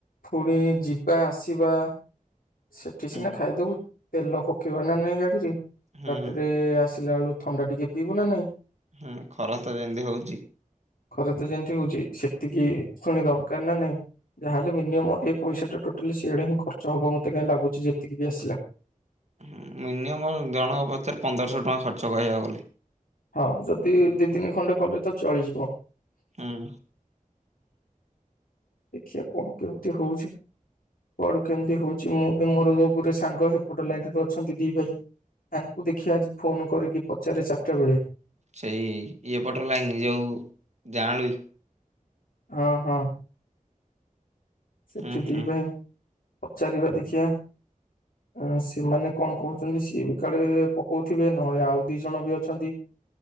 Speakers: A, on the left; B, on the right.
A: ପୁଣି ଯିବା ଆସିବା। ସେଠି
B: ହୁଁ
A: ସିନା ଖାଇଦବୁ। ତେଲ ଫୋ ରଖିବ ନା ନାଇଁ ଗାଡିରେ
B: ହୁଁ
A: ବାଟେରେ ଆସିଲା ବେଳୁ ଥଣ୍ଡା ଟିକେ ପିଇବୁ ନା ନାଇଁ।
B: ହୁଁ ଖରା ତ ଯେମିତି ହଉଛି।
A: ଖରା ତ ଯେମତି ହଉଛି, ସେତିକି ପୁଣି ଦରକାର ନା ନାଇଁ ଯାହାହେଲେ ମିନିୟମ ଏ ପଇସାଟା ଟୋଟାଲି ସିଆଡେ ହିଁ ଖର୍ଚ୍ଚ ହବ ମତେ କାଇଁ ଲାଗୁଛି ଯେତିକି ବି ଆସିଲା।
B: ହୁଁ ମିନିୟମ୍ ଜଣ ପଛରେ ପନ୍ଦରଶ ଟଙ୍କା ଖର୍ଚ୍ଚ କହିଆକୁ ଗଲେ।
A: ହଁ ଯଦି ଦି ତିିନି ଖଣ୍ଡେ କଲେ ତ ଚଳିଯିବ।
B: ହୁଁ।
A: ଦେଖିଆ କଣ କେମିତି ହଉଛି କୁଆଡୁ କେମିତି ହଉଛି ମୁଁ ବି ମୋର ରୋଗରେ ସାଙ୍ଗ ହେପଟ ଲାଇଟରେ ଅଛନ୍ତି ଦି ଭାଇ, ତାଙ୍କୁ ଦେଖିିବା ଆଜି ଫୋନ କରିକି ପଚାରେ ଚାରିଟା ବେଳେ।
B: ସେଇ ଇଏପଟ ଲାଇନି ଯୋଉ ଯାଉଁଳି
A: ଅ ହ। ସେଠି
B: ଉଁ
A: ଦି
B: ହୁଁ
A: ଭାଇ ପଚାରିବା ଦେଖିଆ ଉଁ ସେମାନେ କଣ କହୁଛନ୍ତି ସିଏ ବି କାଳେ ପକଉଥିବେ ନହେଲେ ଆଉ ଦି ଜଣ ବି ଅଛନ୍ତି,